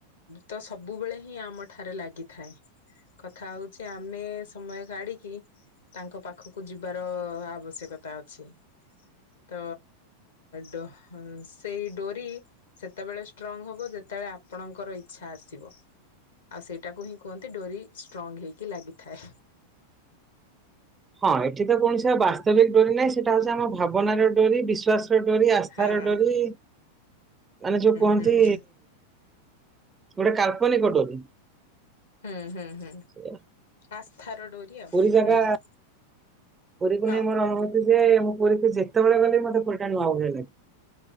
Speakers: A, on the left (about 65°); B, on the right (about 15°).
A: ତ ସବୁବେଳେ ହିଁ ଆମ ଠାରେ ଲାଗିଥାଏ। କଥା ହଉଛି ଆମେ ସମୟ କାଢିକି ତାଙ୍କ ପାଖକୁ ଯିବାର ଆବଶ୍ୟକତା ଅଛି। ତ ଡୋ ଡୋରି ସେତେବେଳେ ଷ୍ଟ୍ରଙ୍ଗ ହବ ଯେତେବେଳେ ଆପଣଙ୍କର ଇଚ୍ଛା ଆସିବ ଆଉ ସେଇଟାକୁ ହିଁ କୁହନ୍ତି ଡୋରି ଷ୍ଟ୍ରଙ୍ଗ ହେଇକି ଲାଗିଥାଏ।
B: ହଁ ଏଠି ତ କୌଣସି ଆଉ ବାସ୍ତ ସ୍ତବିକ ଡୋରି ନାଇଁ ସେଇଟା ହଉଛି ଆମ ଭାବନାର ଡୋରି ବିଶ୍ୱାସ, ଡୋରି ଆସ୍ଥାର
A: ହଁ
B: ଡୋରି ମାନେ ଯୋଉ କୁହନ୍ତି,
A: ହୁଁ ହୁଁ
B: ଗୋଟେ କାଳ୍ପନିକ ଡୋରି,
A: ହୁଁ ହୁଁ ହୁଁ
B: ସେଇଆ।
A: ଆସ୍ଥାର ଡୋରି, ଆଉ
B: ପୁରୀ ଜାଗା
A: ହୁଁ ହୁଁ
B: ପୁରୀକୁ
A: ହଁ
B: ନେଇ ମୋର ଅନୁଭୂତି ଯେ, ମୁଁ ପୁରୀ ଯେତେବେଳେ ଗଲେ ମତେ ପୁରିଟା ନୂଆ ଭଳିଆ ଲାଗେ।